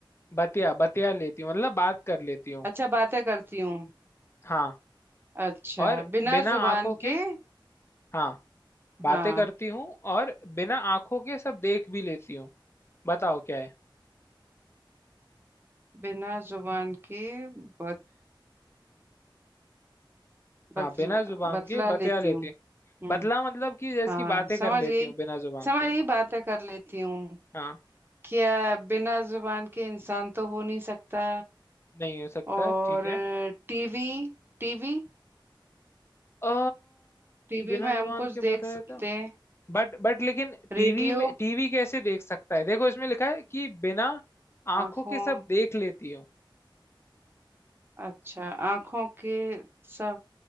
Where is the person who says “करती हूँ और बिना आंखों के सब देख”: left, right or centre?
Left